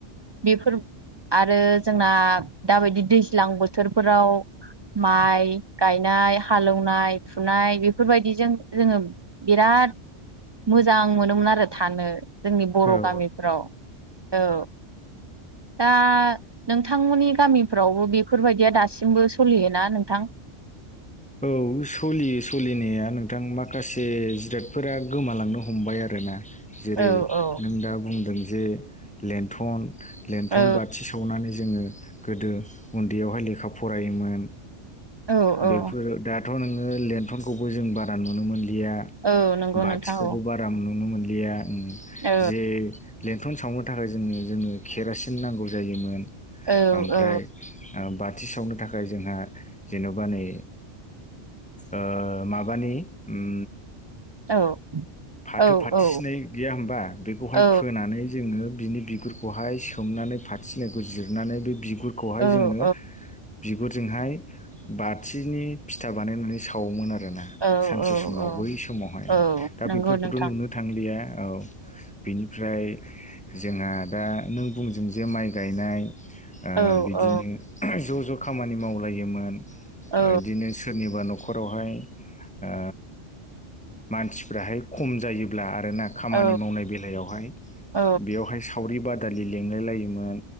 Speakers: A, on the right (about 35°); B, in the centre.
A: बेफोर आरो जोंना दाबायदि दैज्लां बोथोरफोराव माइ गायनाय हालौवनाय फुनाय बेफोरबायदिजों जोङो बिराद। राद मोजां मोनोमोन आरो थानो। जोंनि बर'
B: औ
A: गामिफ्राव औ। दा नोंथांमोननि गामिफ्रावबो बे फोरबायदिया दासिमबो सोलियोना नोंथां।
B: औ सलियो सलिनाया नोंथां माखासे जिरादफोरा गोमालांनो हमबाय आ रोना जेरै
A: औ औ
B: नों दा बुंदों जे लेन्थन लेन्थन
A: औ
B: बाथि सावनानै जोङो गोदो उन्दैयावहाय लेखा फरायोमोन।
A: औ औ
B: बेफोरो दाथ' नोङो लेन्थनखौबो जों बारा नुनो मोन लिया
A: औ नंगौ
B: बाथिखौबो
A: नोंथां औ
B: बारा नुनो मोनलिया
A: औ
B: जे लेन्थन सावनो थाखाय जोङो जोंनो केरासिन नांगौ जायोमोन
A: औ
B: ओमफ्राय
A: औ
B: ओ बाथि सावनो थाखाय जोंहा जेन'बा नै ओ माबानि ओम
A: औ
B: फाथो
A: औ
B: फाथो
A: औ
B: सिनाय गैया होमबा बेखौहाय
A: औ
B: फोनानै जोङो बिनि बिगुरखौहाय सोमनानै फाथिनाखौ जिरनानै बे बिगुरखौहाय
A: औ
B: जोंङो बि गुरजोंहाय बाथिनि फिथा बानायनानै सावोमोन आर रोना
A: औ
B: सानसे
A: औ
B: समाव
A: औ
B: बै समावहाय
A: औ
B: दा
A: नंगौ
B: बेफोरखौथ'
A: नोंथां
B: नुनो थांलिया औ बेनिफ्राय जोंहा दा नों बुंजों जे माइ गायनाय ओ
A: औ
B: बिदिनो
A: औ
B: ज' ज' खामानि मावलायोमोन।
A: औ
B: इदिनो सोरनिबा नख खरावहाय आ मानसिफ्राहाय खम जायोब्ला आरोना खामानि
A: औ
B: मावनाय बेलायावहाय
A: औ
B: बेयावहाय सावरि बादालि लिंलाय लायोमोन